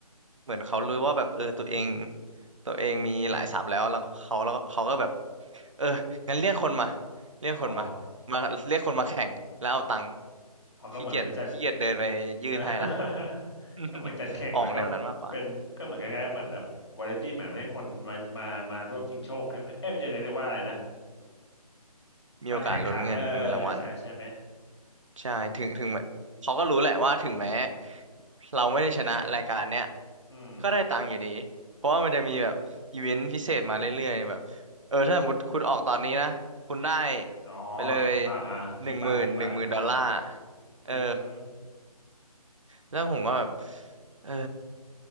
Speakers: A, on the right; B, on the left.
A: เหมือนเขารู้ว่าแบบเออตัวเองตัวเองมีหลายทรัพย์แล้วแล้วก็เขาแล้วก็เขาก็แบบเอองั้นเรียกคนมาเรียกคนมามาเรียกคนมาแข่งแล้วเอาตังค์
B: อ๋อเขาก็เหมือนมาจัด
A: ขี้เกียจขี้เกียจเดินไปยื่นให้ละ
B: <laughs> อ่า <laughs>
A: <laughs>
B: ก็เหมือนจัดแข่งแล้วก็
A: ออกแนวนั้นมากกว่า
B: เป็นก็เหมือนคล้ายๆเหมือนแล้ววาไรตี้เหมือนให้คนมามามาร่วมชิงโชคใช่ไหมเอ้ยไม่ใช่เรียกว่าอะไรนะ
A: มีโอกาสลุ้นเงินเงินรางวัล
B: มาแข่งขันเออเออเออใช่ใช่ไหม
A: ใช่ถึงถึงแม้เขาก็รู้แหละว่าถึงแม้เราไม่ได้ชนะรายการเนี้ย
B: อืม
A: ก็ได้ตังค์อยู่ดีเพราะว่ามันจะมีแบบอีเวนต์พิเศษมาเรื่อยๆแบบเออถ้าสมมติคุณออกตอนนี้นะคุณได้
B: อ๋อ
A: ไปเลย
B: อ่าอ่ากี่บาทกี่บาทอ่า
A: หนึ่งหมื่นหนึ่งหมื่นดอลลาร์เออ
B: อืม
A: แล้วผมก็แบบเออ